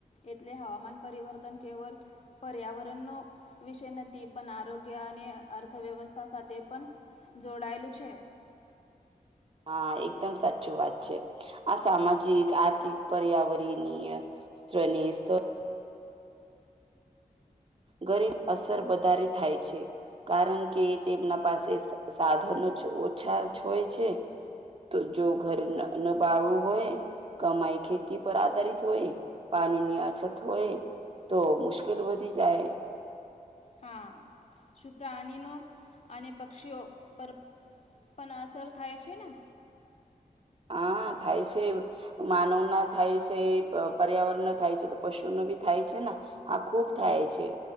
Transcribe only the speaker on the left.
એટલે હવામાન પરિવર્તન કેવલ પર્યાવરણનો વિષય નથી પણ આરોગ્ય ને અર્થવ્યવસ્થા સાથે પણ જોડાયેલું છે.
હા. શું પ્રાણીનો અને પક્ષીઓ પર પન અસર થાય છે ના?
હા